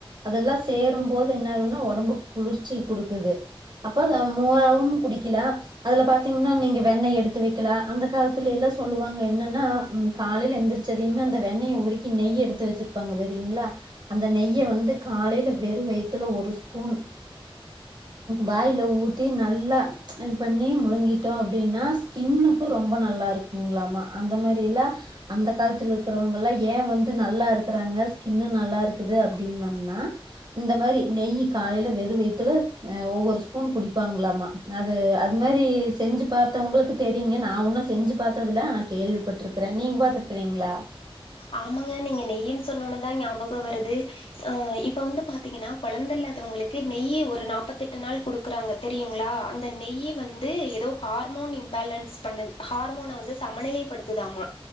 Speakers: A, on the right; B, on the left.
A: அதெல்லா சேரும்போது என்ன ஆகுன்னா ஒடம்புக்கு குளிர்ச்சி குடுக்குது அப்ப அத மோராவும் குடிக்கில அதுல பாத்தீங்ன்னா நீங்க வெண்ணெய் எடுத்துவெக்கலா அந்த காலத் த்துலே எல்லா சொல்லுவாங்க என்னன்னா காலைல எந்திரிச்சதையுமே அந்த வெண்ணய உருக்கி நெய் எடுத்து வச்சிருப்பாங்க தெரியுங்ளா அந்த நெய்ய வந்து காலைல வெறு வயித்துல ஒரு ஸ்பூன் வாயில ஊத்தி நல்லா இது பண்ணி முழுங்கிடோ அப்டின்னா ஸ்கின்னுுக்கு ரொம்ப நல்லா இருக்குங்ளாமா அந்த மாரி எல்லா அந்த காலத்துல இருக்கிறவங்கள்ள ஏ வந்து நல்லா இருக்றாங்க ஸ்கின் நல்லா இருக்குது அப்டின்னம்னா இந்த மாரி நெய் காலைல வெரூ வைத்துல ஒவ்வொரு ஸ்பூன் குடிப்பாங்களாமா அது அது மாரி செஞ்சு பாத்தவங்களுக்கு தெரியுங்க நா உன்னு செஞ்சு பாத்ததுல ஆன கேள்விப்பட்ருக்றே நீங்க பாத்துருக்றீங்ளா
B: ஆமாங்க நீங்க நெய்யின்னு சொன்னோன்னதா ஞாபகம் வருது அ இப்ப வந்து பாத்தீங்கன்னா கொழந்த இல்லாதவங்ளுக்கு நெய்யி ஒரு நாப்பத்தட்டு நாள் குடுக்கறாங்க தெரியுங்ளா அந்த நெய்யி வந்து ஏதோ ஹார்மோன் இம்பேலன்ஸ் பண்ணுது ஹார்மோன வந்து சமநிலைப்படுத்துதாமா